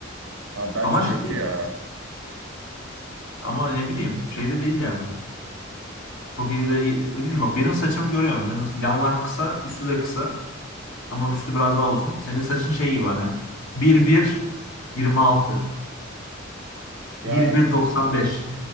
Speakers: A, on the right; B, on the left.
A: Abi bence
B: Ama şey
A: kötü ya.
B: ama ne bileyim şey de değil yani. Çok iyi de iyi. Ne bileyim bak benim saçımı görüyorsun. Benim yanlar kısa, üstü de kısa. Ama üstü biraz daha uzun. Senin saçın şey gibi hani 1-1 26.
A: Ya
B: bir 1 95.